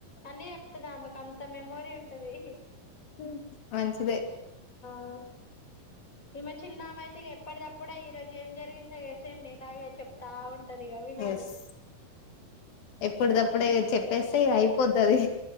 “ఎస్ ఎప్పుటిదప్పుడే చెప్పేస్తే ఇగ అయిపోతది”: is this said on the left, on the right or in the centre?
Left